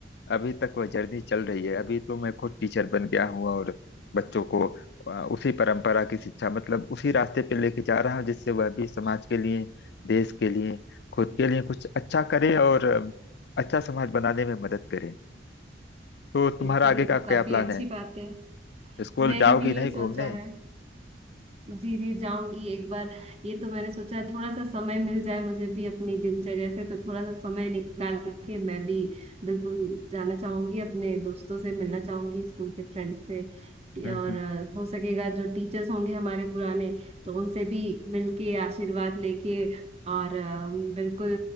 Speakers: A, on the left; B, on the right.
A: अभी तक वह जर्नी चल रही है अभी तो मैं खुद टीचर बन गया हूँ और बच्चों को अ, उसी परंपरा की शिक्षा मतलब उसी रास्ते पे लेके जा रहा हूँ जिससे वह भी समाज के लिए देश के लिए खुद के लिए कुछ अच्छा करे और अ, अच्छा समाज बनाने में मदद करे तो तुम्हारा
B: बिल्कुल
A: आगे
B: ये तो
A: का
B: काफी
A: क्या प्लान
B: अच्छी
A: है
B: बात है
A: स्कूल
B: मैंने
A: जाओगी
B: भी यही
A: नहीं घूमने
B: सोचा है जी जी जाऊंगी एक बार ये तो मैंने सोचा है थोड़ा सा समय मिल जाए मुझे भी अपनी दिनचर्या से तो थोड़ा सा समय निकाल के मैं भी बिल्कुल जाना चाहूंगी अपने दोस्तों से मिलना चाहूंगी स्कूल के फ्रेंड से
A: हम्म
B: और
A: हम्म।
B: अ, हो सकेगा जो टीचर्स होंगे हमारे पुराने तो उनसे भी मिलके आशीर्वाद लेके और अ, बिल्कुल